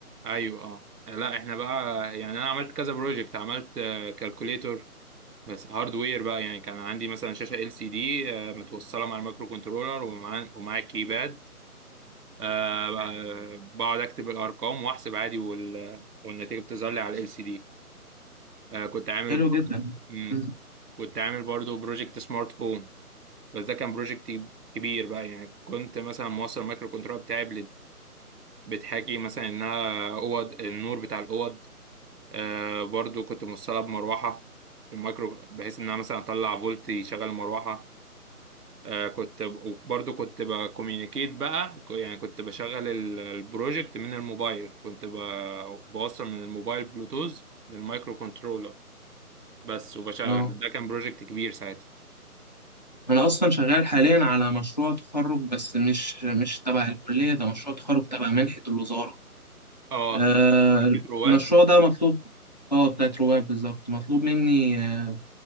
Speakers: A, on the right (about 80°); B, on the left (about 30°).
A: ايوه اه لا احنا بقى يعني انا عملت كذا بروجكت عملت كالكوليتور بس هاردوير بقى يعني كان عندي مثلا شاشه ال سي دي متوصله مع المايكرو كنترولر ومع ومع الكيباد آه بقى- بقعد اكتب الارقام واحسب عادي وال... والنتيجه بتظهر لي على ال سي دي آه كنت عامل
B: حلو
A: برضه
B: جدا
A: مم.
B: مم.
A: كنت عامل برضه بروجكت سمارت هوم بس ده كان بروجكت كبير بقى يعني كنت مثلا موصل المايكرو كنترولر بتاعي بتحكي مثلا انها اوض النور بتاع الاوض آه برضو كنت موصلها بمروحه في المايكرو بحيث انها مثلا اطلع فولت يشغل المروحه آه كنت برضو كنت بكوميونيكيت بقى ك- يعني كنت بشغل ال- البروجكت من الموبايل كنت ب- بوصل من الموبايل بلوتوث للمايكرو كنترولر بس وبشغل
B: اه
A: ده كان بروجكت كبير ساعتها
B: انا اصلا شغال حاليا على مشروع تخرج بس مش مش تبع الكلية ده مشروع تخرج تبع منحة الوزارة
A: اه
B: آه
A: كنترو واد
B: المشروع ده مطلوب اه بتاعت رواد بالظبط مطلوب مني آه،